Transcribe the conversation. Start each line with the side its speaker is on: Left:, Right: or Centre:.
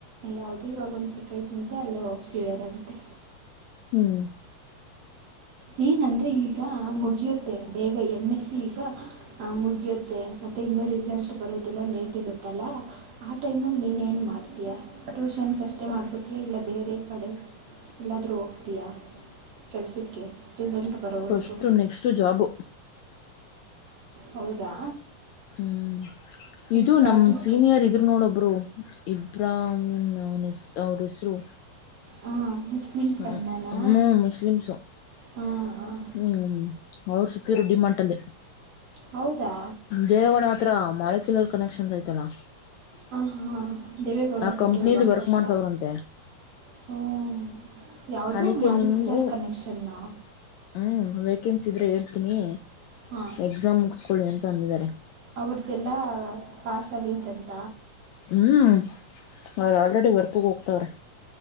Right: ಯಾವ್ದೂ ಇವಾಗ ಒಂದ್ ಸಿಕ್ಕೈತ್ಂತೆ ಅಲ್ಲೇ ಹೋಗ್ತಿದಾರಂತೆ
Left: ಹ್ಮ್
Right: ಎನಂದರೆ ಈಗ ಮುಗಿಯುತ್ತೆ ಬೇಗ ಎಮ್ ಎಸ್ ಸಿ ಈಗ ಹ ಮುಗಿಯುತ್ತೆ ಮತ್ತೆ ಇನ್ನುೂ ರಿಸಲ್ಟ್ ಬರೋದೆಲ್ಲ ಲೇಟ್ ಇರುತ್ತಲ್ಲ ಆ ಟೈಮಲ್ಲಿ ನೀನೇಏನು ಮಾಡ್ತೀಯಾ ಟ್ಯೂಷನ್ಸ್ ಅಷ್ಟೇ ಮಾಡ್ಕೊತೀಯಾ ಇಲ್ಲ ಬೇರೆ ಕಡೆ ಎಲ್ಲಾದರೂ ಹೋಗ್ತೀಯಾ ಕೆಲ್ಸಕ್ಕೆ ರಿಸಲ್ಟ್ ಬರೋವರೆಗೂ
Left: ಫಸ್ಟ್ ನೆಕ್ಸ್ಟ್ ಜಾಬು
Right: ಹೌದಾ
Left: ಹ್ಮ್
Right: ಈಗ
Left: ಇದು
Right: ಸ್ಟಾರ್ಟಿಂಗ್
Left: ನಮ ಸೀನಿಯರ್ ಇ ಇದರು ನೋಡ ಒಬ್ರು ಇಬ್ರಾಹಾಮನ್ ಅವನ ಅವ್ರ ಹೆಸರು
Right: ಹಾಂ ಮುಸ್ಲಿಮ್ಸ್
Left: ಹ
Right: ಅಣ್ಣನಾ
Left: ಹ ಮು ಮುಸ್ಲಿಮ್ಸು
Right: ಹಾಂ ಹಾಂ
Left: ಹ್ಮ್ ಅವರು ಸಿಕ್ಕಿದ್ರು ಡಿ ಮಾರ್ಟ್ ಅಲ್ಲಿ
Right: ಹೌದಾ
Left: ದೇವಾಣ ಹತ್ರ ಮಾಳಕಲರ್ ಕನೆಕ್ಷನ್ಸ್ ಆಯ್ತಲ್ಲಾ
Right: ಹಾ ಹಾ ದೇವೇಗೌಡ ಪೆಟ್ರೋಲ್
Left: ಕಂಪ್ನಿಲಿ
Right: ಬಂಕ್
Left: ವರ್ಕ್
Right: ಹತ್ರ
Left: ಮಾಡ್ತವ್ರಂತೆ
Right: ಹುಂ ಯಾವುದೋ
Left: ಅದಕ್ಕೆ
Right: ಮಲ್ಕಲರ್
Left: ನಿಮ್ಗೂ
Right: ಕನೆಕ್ಷನ್ನು
Left: ಹ್ಮ್ ವೇಕೆನ್ಸಿ ಇದ್ರೆ ಹೇಳ್ತೀನಿ
Right: ಹಾಂ
Left: ಎಕ್ಸಾಮ್ ಮುಗಸ್ಕೊಳ್ಳಿ ಅಂತ ಅಂದಿದ್ದಾರೆ
Right: ಅವ್ರ್ದೆಲ್ಲ ಪಾಸ ಆಗಲೈತಂತೆ
Left: ಹ್ಮ್ ಅವ್ರ ಆಲ್ರೆಡಿ ವರ್ಕಗ ಹೋಗ್ತವ್ರೆ